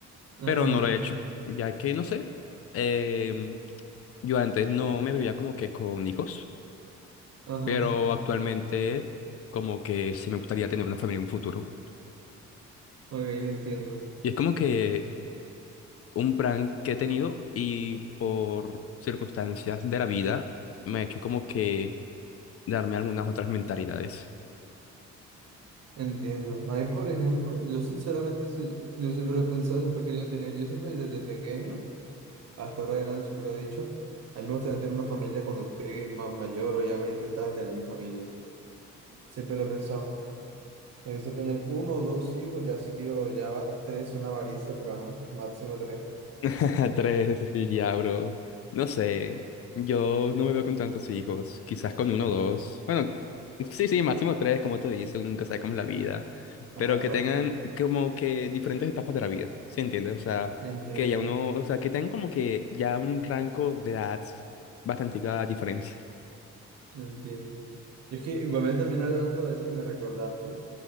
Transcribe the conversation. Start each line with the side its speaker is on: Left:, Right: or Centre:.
Right: Ajá,
Left: pero no lo he hecho, ya que, no sé, em, yo antes no me veía como que con hijos,
Right: ajá.
Left: pero actualmente como que sí me gustaría tener una familia en un futuro.
Right: Ok, te entiendo.
Left: Y es como que un plan que he tenido y por circunstancias de la vida me ha hecho como que darme algunas otras mentalidades.
Right: Entiendo. A mí, por ejemplo, yo sinceramente, sí, yo siempre lo he pensado, siempre he querido tener, yo siempre desde pequeño hasta ahora de grande siempre lo he dicho, a mí me gustaría tener una familia cuando esté más mayor, obviamente, tal, tener mi familia. Siempre lo he pensado. Me gusta tener uno o dos hijos, ya si quiero, ya va- tres son avaricia, pero ajá, máximo tres.
Left: <laughs> Tres, y ya, bro. No sé, yo no me veo con tantos hijos, quizás con uno o dos. Bueno, sí, sí, máximo tres, como tú dices, uno nunca sabe cómo es la vida, pero
Right: Ajá, exacto.
Left: que tengan como que diferentes etapas de la vida, ¿sí entiendes? O sea,
Right: Entiendo.
Left: que ya uno, o sea, que tengan como que ya un rango de edad bastante diferencia.
Right: No Entiendo. Y es que igualmente también hablando de eso que me recordaste,